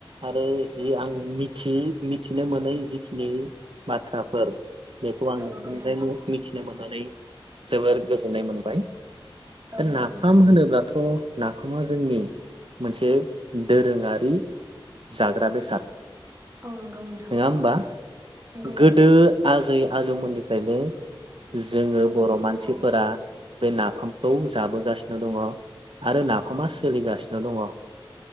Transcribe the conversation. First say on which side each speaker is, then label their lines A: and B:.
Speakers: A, on the right; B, on the right.
A: आरो जि आं मिथि मिथिनो मोनै जिखिनि बाथ्राफोर बेखौ आं
B: औ
A: नोंथांनिफ्राय
B: नंगौ नोंथां
A: मिथिनो मोननानै जोबोर गोजोननाय मोनबाय
B: औ
A: दा नाफाम
B: नंगौ नोंथां
A: होनोब्लाथ' नाफामा जोंनि मोनसे दोरोङारि जाग्रा बेसाद
B: औ नंगौ नोंथां
A: नङा होमबा
B: नंगौ नंगौ
A: गोदो आजै आजौमोननिफ्रायनो जोङो
B: सोलिबोनाय
A: बर' मानसिफोरा
B: औ
A: बे नाफामखौ जाबोगासिनो दङ आरो नाफामा सोलिगासिनो दङ